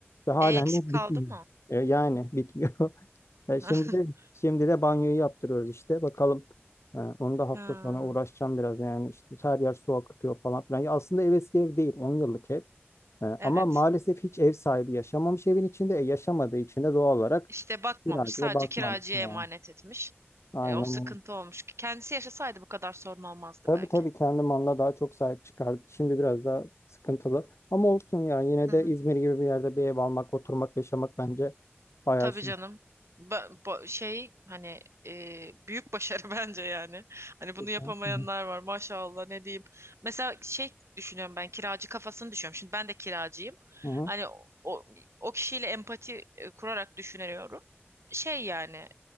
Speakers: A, on the left; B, on the right.
A: Ve halen
B: E, eksik
A: de
B: kaldı
A: bitmiyor.
B: mı?
A: E, yani bitmiyor. <laughs> E,
B: <laughs>
A: şimdi de, şimdi de banyoyu yaptırıyoruz işte. Bakalım. E, onu da hafta
B: Ha.
A: sonra uğraşacağım biraz. Yani işte her yer su akıtıyor falan filan. Ya aslında ev eski ev değil. on yıllık ev. E, ama
B: Evet.
A: maalesef hiç ev sahibi yaşamamış evin içinde. E, yaşamadığı için de doğal olarak
B: İşte bakmamış.
A: biraz
B: Sadece
A: da bakmamış
B: kiracıya
A: yani.
B: emanet etmiş.
A: Aynen
B: E, o sıkıntı
A: öyle.
B: olmuş. Kendisi yaşasaydı bu kadar sorun olmazdı
A: Tabii
B: belki.
A: tabii kendi malına daha çok sahip çıkardı. Şimdi biraz daha sıkıntılı. Ama olsun ya. Yine
B: Hı
A: de
B: hı.
A: İzmir gibi bir yerde bir ev almak, oturmak, yaşamak bence bayağı
B: Tabii
A: şey.
B: canım. Ba ba- şey hani e, büyük başarı <laughs> bence yani. Hani
A: Kesinlikle.
B: bunu yapamayanlar var maşallah ne diyeyim. Mesela şey düşünüyorum ben kiracı kafasını düşünüyorum. Şimdi ben de kiracıyım.
A: Hı hı.
B: Hani o, o kişiyle empati e, kurarak düşünüyorum. Şey yani